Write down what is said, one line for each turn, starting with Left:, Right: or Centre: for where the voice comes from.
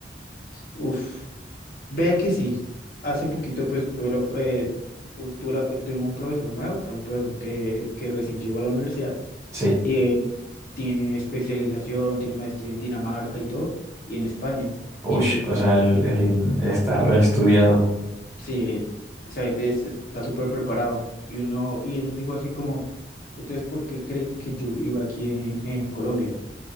Left: Uf, vea que sí. Hace poquito, pues, tuve la, eh, u- tuve la- tengo un profesor nuevo, o sea, un profesor que, que recién llegó a la universidad
Right: Sí,
Left: Y él tiene especialización, tiene maestría en Dinamarca y todo, y en España.
Right: uy,
Left: Y
Right: o sea, el, el- está reestudiado.
Left: sí, esa gente es- es- está súper preparado. Y uno, y él nos dijo así como, ¿ustedes por qué creen que yo vivo aquí en, en Colombia?